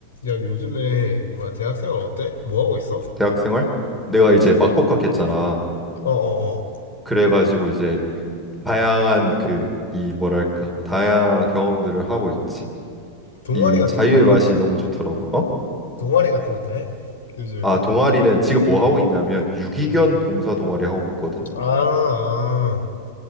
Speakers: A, on the left (about 60°); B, in the centre.
A: 야, 요즘에 뭐야 대학생활 어때? 뭐 하고 있어?
B: 대학 생활 내가 이제 막 복학했잖아.
A: 어, 어, 어.
B: 그래가지고 이제 다양한 그 이 뭐랄까 다양한 경험들을 하고 있지.
A: 동아리
B: 이
A: 같은
B: 자유의
A: 것도 하나.
B: 맛이
A: 그럼.
B: 너무 좋더라고. 어?
A: 동아리 같은 것도 해? 요즘에도?
B: 아 동아리는 지금 뭐 하고 있냐면 유기견
A: 음.
B: 봉사 동아리 하고 있거든.
A: 아, 아.